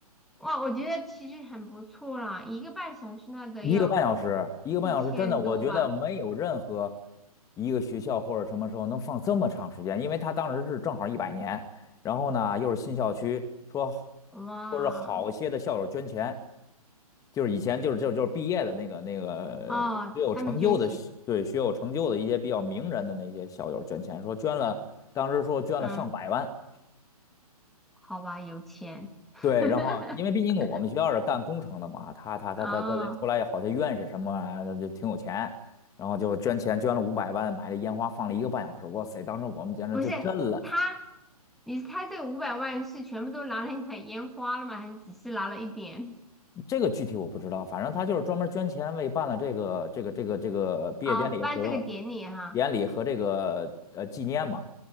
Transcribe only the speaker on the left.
一个半小时，一个半小时，
真的，我觉得没有任何一个学校或者什么时候能放这么长时间，因为他当时是正好一百年，然后呢又是新校区，说
说是好些的校友捐钱，就是以前就是就是就是毕业的那个那个学有成就的学对学有成就的一些比较名人的那些校友捐钱，
说捐了，当时说捐了上百万。
对，
然后因为毕竟我们学校是干工程的嘛，他他他他他出来好像院士什么啊就挺有钱，
然后就捐钱捐了五百万买了烟花放了一个半小时，哇塞，当时我们简直就震了。
这个具体我不知道，反正他就是专门捐钱为办了这个这个这个这个毕业典礼和
典礼和这个呃纪念嘛